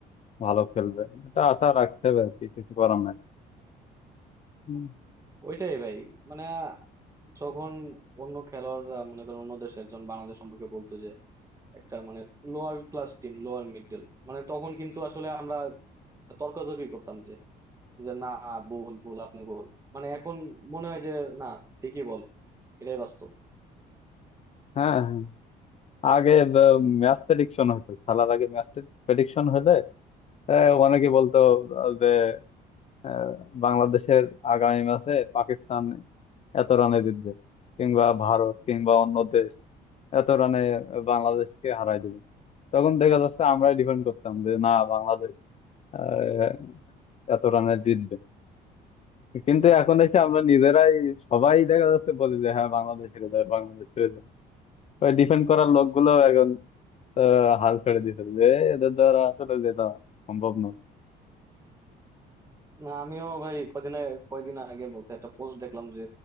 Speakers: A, on the left (about 40°); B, on the right (about 20°).
A: ভালো খেলবে এটা আশা রাখতে হবে আর কি কিছু করার নাই হুম।
B: ওইটাই ভাই মানে আহ, যখন অন্য খেলোয়াড়রা মনে করেন অন্য দেশের একজন বাংলাদেশ সম্পর্কে বলতো একটা মানে lower class team lower middle মানে তখন কিন্তু আসলে আমরা তর্কাতর্কি করতাম যে যে না ভুল ভুল আপনি ভুল মানে এখন মনে হয় যে না ঠিকই বলে এটাই বাস্তব
A: হ্যাঁ হ্যাঁ। আগে ম্যাচ প্রেডিকশন হতো খেলার আগে ম্যাচ প্রেডিকশন হলে আহ, অনেকে বলতো আহ, যে আহ, বাংলাদেশের আগামী ম্যাচে পাকিস্তান এত রানে জিতবে কিংবা ভারত কিংবা অন্য দেশ এত রানে বাংলাদেশকে হারাই দিবে তখন দেখা যাচ্ছে আমরাই ডিফেন্ড করতাম যে না বাংলাদেশ আহ, এত রানে জিতবে কিন্তু এখন এসে আমরা নিজেরাই সবাই দেখা যাচ্ছে বলি যে হ্যাঁ বাংলাদেশ হেরে যাবে বাংলাদেশ হেরে যাবে ডিফেন্ড করার লোকগুলো এখন আহ, হাল ছেড়ে দিয়েছে যে এদের দ্বারা আসলে যেটা সম্ভব নয়
B: না আমিও ভাই কদিন আগে- কয়দিন আগে বলতে একটা পোস্ট দেখলাম যে